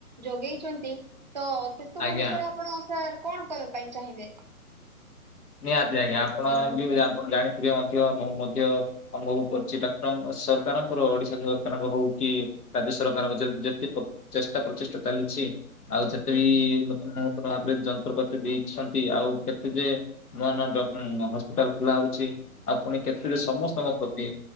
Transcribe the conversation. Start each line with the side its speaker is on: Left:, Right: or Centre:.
Right: ଯୋଗେଇଛନ୍ତି। ତ ସେ ସବୁ
Left: ଆଜ୍ଞା।
Right: ବିଷୟରେ ଆପଣ ସାର୍ କଣ କହିବା ପାଇଁ ଚାହିଁବେ?
Left: ନିହାତି ଆଜ୍ଞା ଆପଣ ବି ଆପଣ ଜାଣିଥିବେ ମଧ୍ୟ ମୁଁ ମଧ୍ୟ ଅନୁଭବ କରୁଛି ଡକ୍ଟର ଙ୍କ ସରକାରଙ୍କର ଓଡିଶା ସରକାରଙ୍କ ହଉ କି ରାଜ୍ୟ ସରକାରଙ୍କ ଯେ ଯେତେ ଚେଷ୍ଟା ପ୍ରଚେଷ୍ଟା ଚାଲିଛି। ଆଉ ଯେତେ
Right: ଆଜ୍ଞା
Left: ବି ନୂତନ ନୂତନ ଭାବରେ ଯନ୍ତ୍ରପାତି ଦେଇଛନ୍ତି ଆଉ କେତେ ଯେ ନୂଆ ନୂଆ ଜ ହସ୍ପିଟାଲ ଖୋଲା ହଉଛି ଆଉ ପୁଣି କେତ
Right: ଆଜ୍ଞା।
Left: ସମସ୍ତଙ୍କ ପ୍ରତି